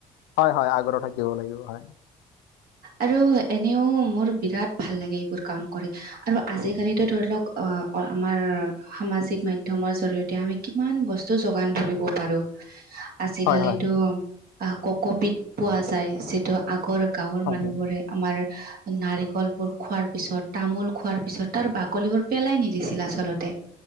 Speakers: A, on the left; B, on the right.
A: হয় হয় আগ্ৰহ থাকিব লাগিব, হয়।
B: আৰু এনেও মোৰ বিৰাট ভাল লাগে এইবোৰ কাম কৰি। আৰু আজিকালিতো ধৰি লওক অ আমাৰ সামাজিক মাধ্যমৰ জৰিয়তে আমি কিমান বস্তু যোগান ধৰিব পাৰো। আজিকালিতো
A: হয় হয়
B: ককপিধ পোৱা যায় যিটো আগ- গৰ গাঁৱৰ
A: হয়
B: মানুহবোৰে
A: হয়
B: আমাৰ নাৰিকলবোৰ খোৱাৰ পিছত, তামোল খোৱাৰ পিছত তাৰ বাকলিবোৰ পেলাই নিদিছিল আচলত- তে